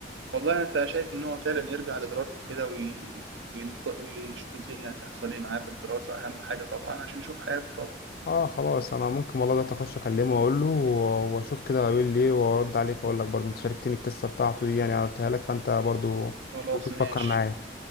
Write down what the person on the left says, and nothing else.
اه خلاص انا ممكن والله ده اخش اكلمه واقول له و- واشوف كده هيقول لي ايه وارد عليك اقول لك برضه انت شاركتني القصه بتاعته دي يعني أنا قلتها لك فانت برضه
ممكن تفكر
معايا